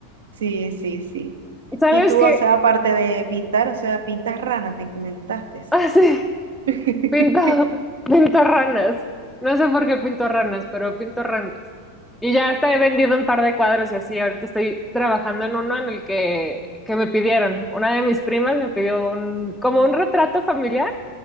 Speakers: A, on the right; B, in the centre.
A: Sí, sí, sí.
B: ¿Sabes
A: Y tú,
B: qué?
A: o sea, aparte de pintar, o sea, pintas ranas, me comentaste.
B: <laughs> Ah, sí.
A: <laughs>
B: Pinto,
A: ¿Qué?
B: <laughs> pinto ranas. No sé por qué pinto ranas, pero pinto ranas. Y ya hasta he vendido un par de cuadros y así. Ahorita estoy trabajando en uno en el que, que me pidieron. Una de mis primas me pidió un, como un retrato familiar,